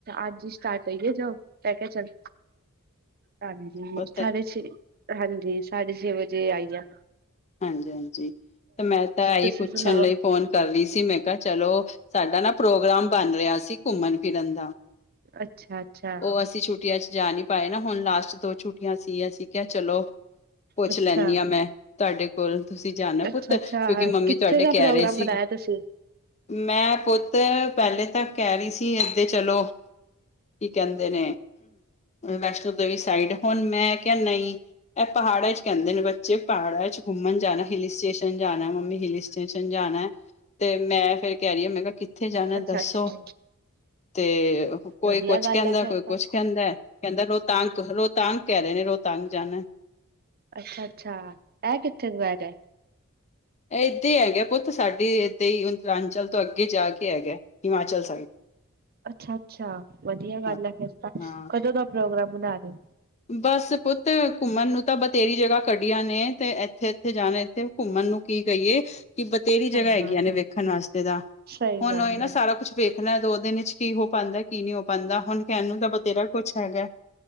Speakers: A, on the right; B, on the left.
A: ਅੱਜ ਹੀ ਸਟਾਰਟ ਹੋਈਏ। ਜੋ ਮੈਂ ਕਿਹਾ ਚੱਲ। ਹਾਂ ਜੀ।
B: ਪੁੱਤ
A: ਸਾਢੇ ਛੇ। ਹਾਂ ਜੀ। ਸਾਢੇ ਛੇ ਵਜੇ ਆਈ ਹੈ।
B: ਹਾਂ ਜੀ। ਹਾਂ ਜੀ। ਤੇ ਮੈਂ ਤਾਂ ਆਈ
A: ਤੁਸੀਂ
B: ਪੁੱਛਣ
A: ਸੁਣਾਓ
B: ਲਈ ਫੋਨ। ਕਰ ਰਹੀ ਸੀ। ਮੈਂ ਕਿਹਾ। ਚਲੋ ਸਾਡਾ ਨਾ ਪ੍ਰੋਗਰਾਮ ਬਣ ਰਿਹਾ ਸੀ ਘੁੰਮਣ ਫਿਰਨ ਦਾ।
A: ਅੱਛਾ ਅੱਛਾ
B: ਉਹ। ਅਸੀਂ ਛੁੱਟੀਆਂ ਚ ਜਾ ਰਹੇ ਹਾਂ ਨਾਂ। ਪਾਏ ਨਾ ਹੁਣ ਲਾਸਟ ਦੋ ਛੁੱਟੀਆਂ ਸੀ ਅਸੀਂ ਕਿਹਾ ਚਲੋ ਪੁੱਛ
A: ਅੱਛਾ
B: ਲੈਂਦੀ ਹਾਂ ਮੈਂ ਤੁਹਾਡੇ ਕੋਲ ਤੁਸੀਂ ਜਾਣਾ
A: ਅੱਛਾ-ਅੱਛਾ
B: ਪੁੱਤ ਕਿਉਂਕਿ ਮੰਮੀ
A: ਕਿੱਥੇ
B: ਤੁਹਾਡੇ
A: ਦਾ
B: ਕਹਿ
A: ਪ੍ਰੋਗਰਾਮ
B: ਰਹੇ ਸੀ
A: ਬਣਾਇਆ ਤੁਸੀਂ
B: ਮੈਂ ਪੁੱਤ ਪਹਿਲੇ ਤਾ ਕਹਿ ਰਹੀ ਸੀ ਇੱਦੇ ਚਲੋ ਕੀ ਕਹਿੰਦੇ ਨੇ ਵੈਸ਼ਨੋ ਦੇਵੀ ਸਾਈਡ ਹੁਣ ਮੈਂ ਕਿਹਾ ਨਹੀਂ। ਇਹ ਪਹਾੜਾਂ ਚ ਕਹਿੰਦੇ ਨੇ ਬੱਚੇ ਪਹਾੜਾਂ ਚ ਘੁੰਮਣ ਜਾਣਾ ਹਿੱਲ ਸਟੇਸ਼ਨ ਜਾਣਾ ਮੰਮੀ ਹਿੱਲ ਸਟੇਸ਼ਨ ਜਾਣਾ। ਤੇ ਮੈਂ ਫਿਰ ਕਹਿ ਰਹੀ ਹਾਂ ਮੈਂ ਕਿਹਾ ਕਿੱਥੇ ਜਾਣਾ
A: ਅੱਛਾ-ਅੱਛਾ
B: ਦੱਸੋ ਤੇ ਕੋਈ
A: ਵਧੀਆ
B: ਕੁਛ
A: ਗੱਲ
B: ਕਹਿੰਦਾ,
A: ਹੈ ਫੇਰ
B: ਕੋਈ
A: ਤਾਂ
B: ਕੁਛ। ਕਹਿੰਦਾ ਕਹਿੰਦਾ ਰੋਹਤਾਂਗ ਰੋਹਤਾਂਗ ਕਹਿ ਰਹੇ ਨੇ ਰੋਹਤਾਂਗ ਜਾਣਾ।
A: ਅੱਛਾ ਅੱਛਾ ਇਹ ਕਿੱਥੇ ਤੋਂ ਹੈ ਗਏ।
B: ਇਦੇ ਹੀ ਹੈਗੇ ਪੁੱਤ ਸਾਡੀ ਇਦਾਂ ਹੀ ਅੰਤਰਾਂਚਲ ਤੋਂ ਅੱਗੇ ਜਾ ਕੇ ਹੈਗਾ ਹਿਮਾਚਲ ਸਾਈਡ।
A: ਅੱਛਾ ਅੱਛਾ ਵਧੀਆ ਗੱਲ
B: ਹਾਂ
A: ਆ ਫਿਰ ਤਾਂ
B: ਹਾਂ
A: ਕਦੋਂ ਦਾ ਪ੍ਰੋਗਰਾਮ ਬਣਾ ਰਹੇ।
B: ਬਸ ਪੁੱਤ ਘੁੰਮਣ ਨੂੰ ਤਾਂ ਬਥੇਰੀ ਜਗ੍ਹਾ ਕੱਢੀਆਂ ਨੇ ਤੇ ਇੱਥੇ-ਇੱਥੇ ਜਾਣਾ ਇੱਥੇ ਘੁੰਮਣ ਨੂੰ ਕੀ ਕਹੀਏ ਕਿ ਬਥੇਰੀ
A: ਸਹੀ
B: ਜਗ੍ਹਾ ਹੈਗੀਆਂ
A: ਗੱਲ
B: ਨੇ
A: ਹੈ
B: ਵੇਖਣ ਵਾਸਤੇ ਤਾਂ
A: ਸਹੀ
B: ਹੁਣ
A: ਗੱਲ
B: ਇਹ ਨਾ
A: ਹੈ
B: ਸਾਰਾ ਕੁਛ ਵੇਖਣਾ ਦੋ ਦਿਨ ਵਿੱਚ ਕੀ ਹੋ ਪਾਉਂਦਾ ਕੀ ਨਹੀਂ ਹੋ ਪਾਉਂਦਾ ਹੁਣ ਕਹਿਣ ਨੂੰ ਤਾਂ ਬਥੇਰਾ ਕੁਛ ਹੈਗਾ।